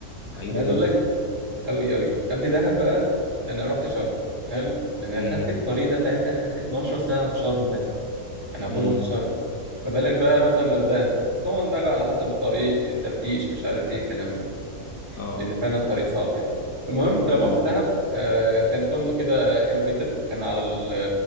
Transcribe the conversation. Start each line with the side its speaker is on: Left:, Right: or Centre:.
Left: بعيدة
Right: انا عايز
Left: جدا
Right: اقول لك قوي قوي قبل دهب بقى انا رحت شرم حلو انا
Left: امم
Right: خدت في الطريق ده ساعتها خدت 12 ساعه في شرم بس انا عقبال
Left: امم
Right: ما رحت شرم ما بالك بقى مثلا لو دهب طبعا ده على حسب الطريق التفتيش مش عارف ايه الكلام ده
Left: اه
Right: لان فعلا الطريق صعب يعني المهم فلما
Left: امم
Right: رحت دهب آه، كان فندق كده حلو جدا كان على ال